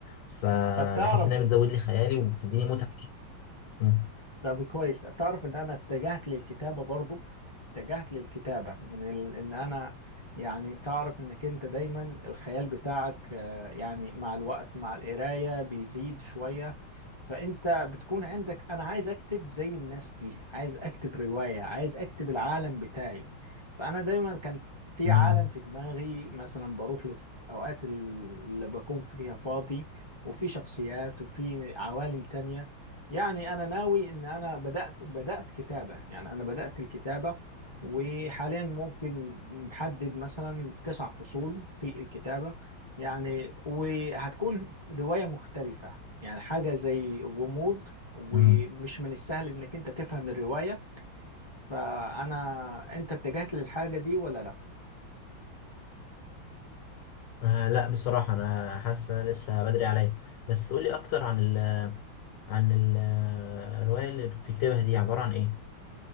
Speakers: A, on the left (about 70°); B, on the left (about 30°).
A: فبحس
B: طب تعرف
A: انها بتزود لي خيالي وبتديني متعة كده. مم.
B: طب كويس تعرف ان انا اتجهت للكتابه برضو اتجهت للكتابه من ال... ان انا يعني تعرف انك انت دايما الخيال بتاعك آه، يعني مع الوقت مع القرايه بيزيد شويه فانت بتكون عندك انا عايز اكتب زي الناس دي عايز اكتب رواية عايز اكتب العالم بتاعي فانا دايما كان في
A: مم.
B: عالم في دماغي مثلا بروح له في اوقات اللي بكون فيها فاضي وفي شخصيات وفي عوالم تانية يعني انا ناوي ان انا بدأت بدأت كتابة يعني انا بدأت الكتابة وحاليا ممكن محدد مثلا تسع فصول في الكتابة يعني وهتكون رواية مختلفة يعني حاجة زي غموض ومش
A: مم.
B: من السهل انك انت تفهم الرواية فانا انت اتجهت للحاجة دي ولا لا
A: آه لا بصراحة أنا حاسس إن أنا لسه بدري عليا بس قولي أكتر عن ال عن ال- الرواية اللي بتكتبها دي عبارة عن إيه؟